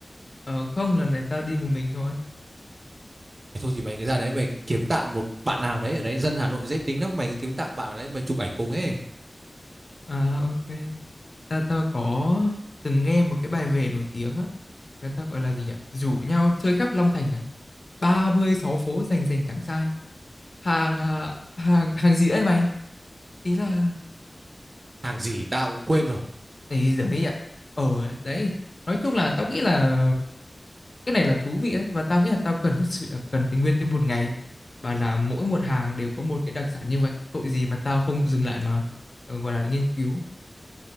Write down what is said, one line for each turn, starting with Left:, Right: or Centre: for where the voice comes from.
Left: Ờ, không, lần này tao đi một mình thôi.
Right: thôi thì mày cái ra đấy mày kiếm tạm một bạn nào đấy ở đấy dân Hà Nội dễ tính lắm mày cứ kiếm tạm bạn ở đấy mày chụp ảnh cùng ấy
Left: À ok. Ta ta có từng nghe một cái bài về nổi tiếng á. Người ta gọi là gì nhỉ? Rủ nhau chơi khắp Long Thành à? ba mươi sáu phố rành rành chẳng sai. Hàng à, hàng hàng gì đấy mày? Ý là
Right: hàng gì tao cũng quên rồi
Left: ấy giời ạ. Ờ đấy. Nói chung là tao nghĩ là cái này là thú vị đấy và tao nghĩ là tao cần thật sự là cần tình nguyên từ một ngày và là mỗi một hàng đều có một cái đặc sản như vậy tội gì mà tao không dừng lại mà ờ, gọi là nghiên cứu